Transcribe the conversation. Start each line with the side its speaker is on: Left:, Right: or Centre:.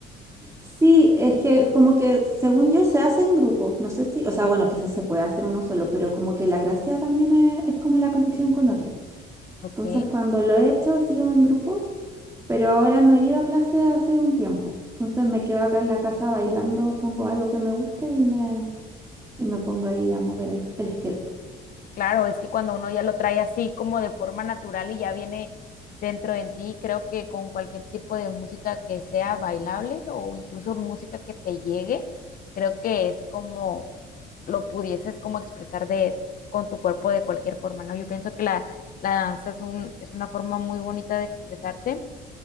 Right: Sí, es que como que según yo se hace en grupos, no sé si, o sea, bueno, quizás se puede hacer uno solo, pero como que la gracia también es, es como la conexión con otros.
Left: Ok,
Right: Entonces, cuando lo he hecho, ha sido en grupos, pero ahora no he ido a clase hace un tiempo. Entonces me quedo acá en la casa bailando, pongo algo que me guste y me, y me pongo ahí a mover el, el esqueleto.
Left: claro, es que cuando uno ya lo trae así como de forma natural y ya viene dentro de ti, creo que con cualquier tipo de música que sea bailable o incluso música que te llegue, creo que es como lo pudieses como expresar de con tu cuerpo de cualquier forma, ¿no? Yo pienso que la, la danza es un, es una forma muy bonita de expresarte